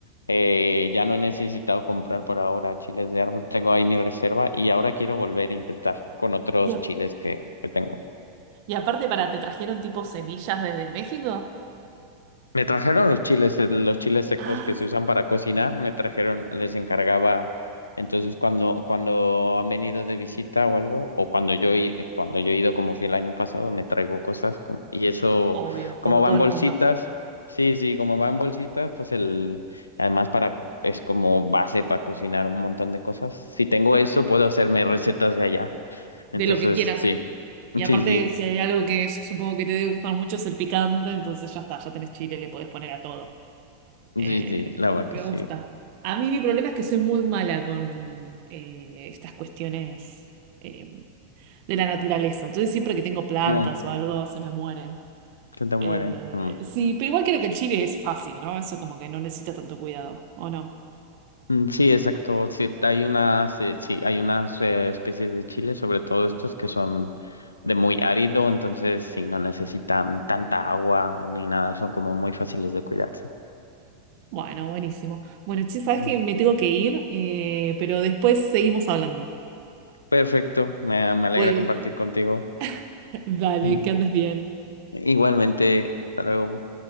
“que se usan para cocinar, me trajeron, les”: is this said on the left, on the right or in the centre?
Left